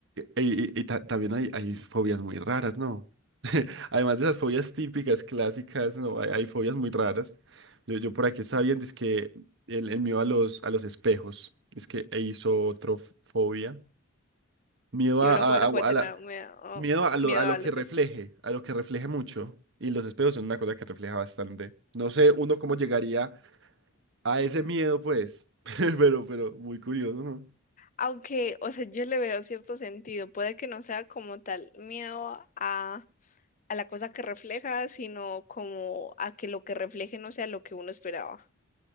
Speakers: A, on the right (about 60°); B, on the left (about 35°).
A: E, Y, y- y ta- también hay, hay fobias muy raras, ¿no? <laughs> Además de esas fobias típicas, clásicas, ¿no? Hay, hay fobias muy raras. Yo, yo por aquí estaba viendo, es que el, el mío a los, a los espejos, es que hizo otra fobia. Miedo
B: Y
A: a,
B: uno
A: a-
B: cómo le
A: a-
B: puede tener
A: a la-
B: miedo,
A: miedo
B: a-
A: a lo,
B: miedo
A: a lo
B: a
A: que
B: los
A: refleje,
B: de este
A: a lo que refleje mucho. Y los espejos son una cosa que refleja bastante. No sé uno cómo llegaría a ese miedo, pues. <laughs> Pero, pero, muy curioso, ¿no?
B: Aunque, o sea, yo le veo cierto sentido. Puede que no sea como tal miedo a, a la cosa que refleja, sino como a que lo que refleje no sea lo que uno esperaba.